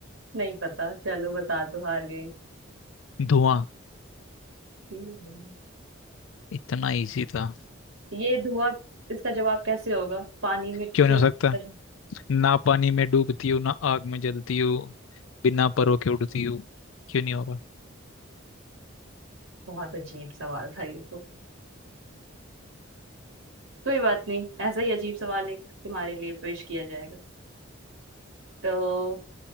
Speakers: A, on the right (about 80°); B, on the left (about 75°).
A: नहीं पता चलो बता दो हार गई
B: धुआं
A: हम्म।
B: इतना इजी था
A: ये धुआं इसका जवाब कैसे होगा पानी में
B: क्यों
A: के
B: नहीं
A: अरे,
B: हो सकता ना पानी में डूबती हूँ ना आग में जलती हूँ बिना परों के उड़ती हूँ क्यों नहीं होगा
A: बहुत अजीब सवाल था ये तो कोई बात नहीं ऐसा ही अजीब सवाल एक तुम्हारे लिए पेश किया जाएगा तो